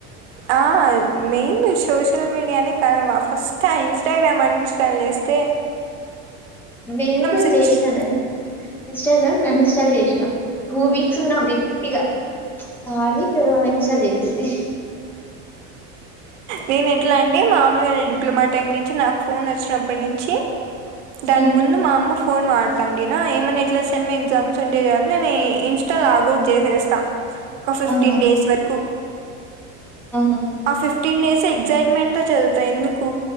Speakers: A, on the right; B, in the centre.
A: ఆ మెయిన్ సోషల్ మీడియానే కారణం ఫస్ట్ ఆ ఇన్స్టాగ్రామ్ అని ఇన్స్టాల్ చేస్త
B: నేను కూడ
A: సిచ్
B: చేసినానం ఇన్స్టాగ్రామ్ అన్ ఇన్స్టాల్ చేసినా టూ వీక్స్ ఉన్నా గట్టిగా హార్డ్ వి ఏదో ఇన్ సేల్యూషన్ షే
A: నేను ఎట్లా అ మా మీద డిప్లొమా టైమ్ నుంచి నాకు ఫోన్ వచ్చినప్పటి నుంచి దాని
B: ఉమ్,
A: ముందు మా అమ్మ ఫోన్ వాడతాండినా ఏమైన్నా ఎట్లా సమ్ ఎగ్జామ్స్ ఉంటే చాలా నేను ఇన్స్టా లాగౌట్ చేసేస్తాను ఒక ఫిఫ్టీన్
B: ఆహా
A: డేస్ వరకు
B: ఆహా
A: ఆఫిస్ ఫిఫ్టీన్ డేస్ ఎగ్జైట్మెంట్తో చదువుతాయి ఎందుకు